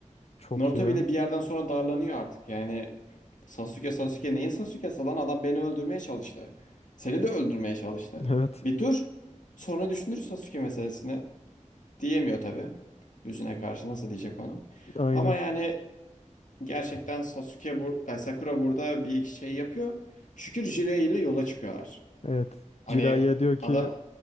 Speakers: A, on the left; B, on the left.
A: Çok
B: Naruto
A: ya.
B: bile bir yerden sonra darlanıyor artık. Yani Sasuke Sasuke neyin Sasuke'si lan adam beni öldürmeye çalıştı. Seni de öldürmeye çalıştı.
A: Evet.
B: Bir dur. Sonra düşünür Sasuke meselesini. Diyemiyor tabii. Yüzüne karşı nasıl diyecek onu.
A: Aynen.
B: Ama yani Gerçekten Sasuke bur e, Sakura burada bir şey yapıyor. Şükür Jiraiya ile yola çıkıyorlar.
A: Evet.
B: Hani
A: Jiraiya diyor ki
B: adam